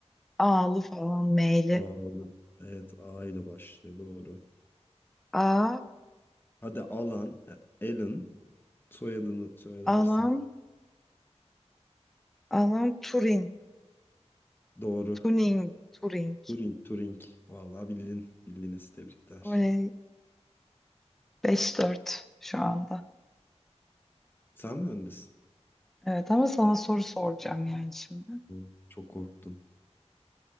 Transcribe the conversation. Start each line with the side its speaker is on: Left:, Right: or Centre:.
Centre: Ağlı falan meyli.
Left: Oğlum. Evet A ile başlıyor doğru.
Centre: A,
Left: Hadi Alan, e, Alan soyadını söylersen
Centre: Alan, Alan Turing.
Left: doğru.
Centre: Turing, Turing.
Left: Turing, Turing. Vallahi bildin. Bildiniz tebrikler.
Centre: Böyle 5-4 şu anda.
Left: Sen mi öndesin?
Centre: Evet ama sana soru soracağım yani şimdi.
Left: Oğlum, Çok korktum.